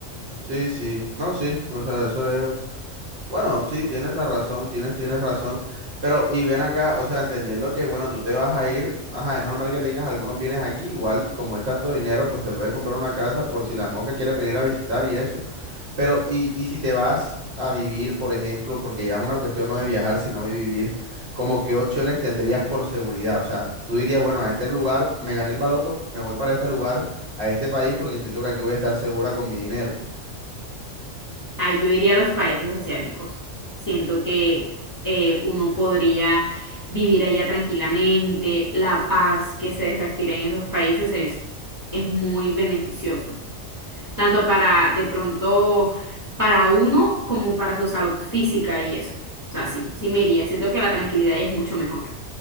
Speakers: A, on the right; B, on the left.
A: Sí, sí, no, sí, o sea, eso Bueno, sí, tienes la razón, tienes, tienes razón. Pero, y ven acá, o sea, entendiendo que, bueno, tú te vas a ir, ajá, es normal que tengas algunos bienes aquí, igual, como es tanto dinero, pues te puedes comprar una casa por si las moscas quieres venir a visitar y eso. Pero, y, y si te vas a vivir, por ejemplo, porque ya es una cuestión no de viajar, sino de vivir, como qué opciones tendrías por seguridad. O sea, tú dirías, bueno, a este lugar me gané el baloto, me voy para este lugar, a este país, porque siento que aquí voy a estar segura con mi dinero.
B: Ah, yo iría a los países asiáticos. Siento que eh, uno podría vivir allá tranquilamente, la paz que se respira en esos países es, es muy beneficioso, tanto para de pronto para uno como para su salud física y eso. O sea, sí, sí me iría. Siento que la tranquilidad ahí es mucho mejor.